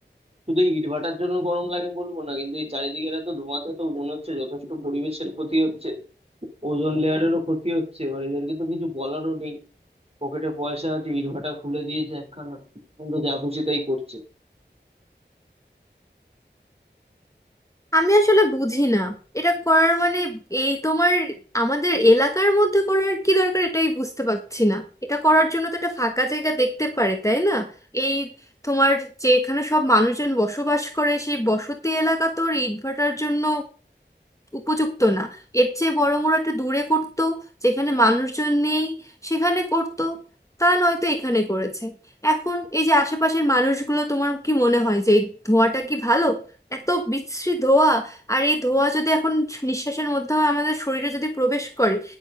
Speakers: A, on the right; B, on the left.
A: শুধু এই ইটভাটার জন্য গরম লাগে বলবো না কিন্তু এই চারিদিকে এত ধোঁয়াতে তো মনে হচ্ছে যথেষ্ট পরিবেশের ক্ষতি হচ্ছে ওজোন লেয়ারেরও ক্ষতি হচ্ছে এবার এদেরকে তো কিছু বলারও নেই পকেটে পয়সা আছে ইটভাটা খুলে দিয়েছে একখানা এখন তো যা খুশি তাই করছে
B: আমি আসলে বুঝি না এটা করার মানে এই তোমার আমাদের এলাকার মধ্যে করার কি দরকার এটাই বুঝতে পারছি না এটা করার জন্য তো একটা ফাঁকা জায়গা দেখতে পারে তাই না এই তোমার যেখানে সব মানুষজন বসবাস করে সেই বসতি এলাকা তোর ইটভাটার জন্য উপযুক্ত না এর চেয়ে বরং ওরা একটা দূরে করতো যেখানে মানুষজন নেই সেখানে করতো তা নয়তো এখানে করেছে এখন এই যে আশেপাশের মানুষগুলো তোমার কি মনে হয় যে এই ধোঁয়াটা কি ভালো এত বিশ্রী ধোঁয়া আর এই ধোঁয়া যদি এখন নিঃশ্বাসের মাধ্যমে আমাদের শরীরে যদি প্রবেশ করে